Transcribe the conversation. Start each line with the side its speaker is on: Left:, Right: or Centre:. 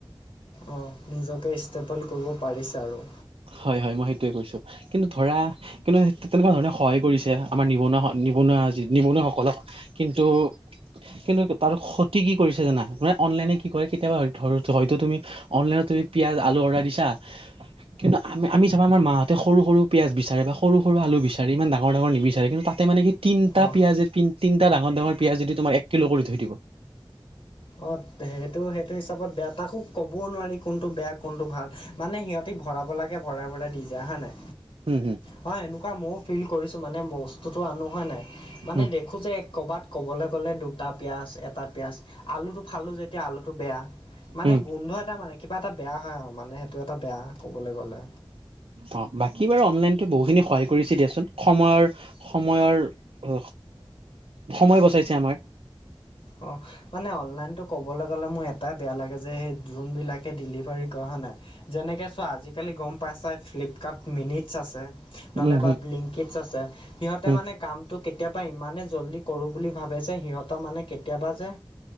Left: অঁ নিজকে ইষ্টেবল কৰিব পাৰিছে আৰু।
Right: হয়ঁ হয়ঁ মই সেইটোৱে কৈছোঁ কিন্তু ধৰা কিন্তু তেনেকুৱা ধৰণে সহায় কৰিছে আমাৰ নিবনুৱা- নিবনুৱা যি নিবনুৱা সকলক কিন্তু! কিন্তু তাৰ ক্ষতি কি কৰিছে জানা মানে অনলাইনে কি কৰে কেতিয়াবা ধৰ হয়টো তুমি- অনলাইনত তুমি পিঁয়াজ আলু অৰ্ডাৰ দিছ। - কিন্তু আমি আমি চাবা আমাৰ মাহঁতে সৰু সৰু পিয়াজ বিচাৰে বা সৰু সৰু আলু বিচাৰে ইমান ডাঙৰ ডাঙৰ নিবিচাৰে কিন্তু তাত- তাতে মানে কি তিনটা
Left: অঁ
Right: পিয়াঁজে তিন তিনটা ডাঙৰ ডাঙৰ পিয়াজেদি তোমাৰ এক কিলো কৰি থৈ দিব।
Left: অঁ ধে সেইটো সেইটো হিচাপত বেয়া তাকো ক'বও নোৱাৰি কোনটো বেয়া কোনটো ভাল। মানে সিহঁতে ভৰাব লাগে ভৰাই ভৰাই দি যায় হয় নাই।
Right: হুম হুম।
Left: হয় এনেকুৱা মোক- ফিল কৰিছোঁ মানে বস্তুটো আনো হোৱা নাই মানে
Right: উম
Left: দেখোঁ যে ক'ৰবাত ক'বলৈ গ'লে দুটা- পিয়াজ এটা পিয়াজ আলুটো ফালোঁ যেতিয়া আলুটো বেয়া। মানে
Right: উম
Left: গোন্ধ এটা মানে কিবা এটা বেয়া হয় আৰু মানে সেইটো এটা বেয়া কবলৈ গ'লে।
Right: অ', বাকী বাৰু অনলাইনটো বহু কৰিছে দিয়াচোন সময়ৰ সময়ৰ অ, সময় বচাইছে আমাৰ।
Left: অ', মানে অনলাইনটো ক'বলৈ গ'লে মোৰ এটাই বেয়া লাগে যে সেই যোনবিলাক ডেলিভাৰী কৰে হয় নাই। যেনেকে চোৱা আজিকালি গম পাইছাই ফ্লিপকাৰ্ড মিনিটছ আছে।
Right: উম
Left: নহলে
Right: হম
Left: বা বিলিংকিচ আছে। সিহঁতে
Right: হম
Left: মানে কামটো কেতিয়াবা ইমানেই জল্দি কৰোঁ বুলি ভাবে যে সিহঁতৰ মানে কেতিয়াবা যে